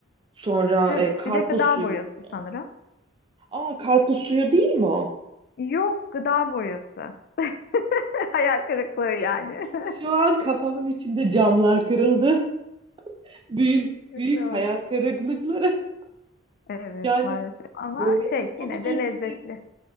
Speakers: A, on the right; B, on the left.
A: Sonra
B: Evet,
A: e, karpuz
B: bir de gıda
A: suyu
B: boyası
A: diyor.
B: sanırım.
A: Aa karpuz suyu değil mi o?
B: Yok, gıda boyası. <laughs> Hayal kırıklığı yani. <laughs>
A: Şu an kafamın içinde camlar kırıldı. <laughs> Büyük,
B: Kırıklığı
A: büyük hayal
B: oldu.
A: kırıklıkları.
B: Evet,
A: Yani
B: maalesef ama
A: gurme
B: şey
A: turma
B: yine
A: bunu
B: de
A: ekleyecek.
B: lezzetli.